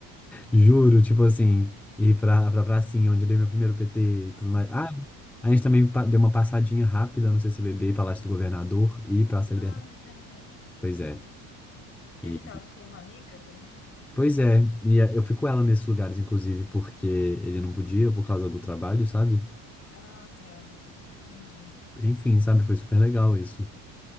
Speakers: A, in the centre; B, on the left.
A: Juro, tipo assim, ir pra, pra pracinha, onde eu dei meu primeiro PT e tudo mais. Ah, a gente também pa- deu uma passadinha rápida no CCBB, Palácio do Governador e Praça da
B: Ah,
A: Liberdade.
B: legal.
A: Pois é.
B: Ele
A: E,
B: tava com uma amiga também?
A: pois é, e eu fico ela nesses lugares, inclusive, porque ele não podia por causa do trabalho, sabe?
B: Ah, tá. Entendi.
A: Enfim, sabe? Foi super legal isso.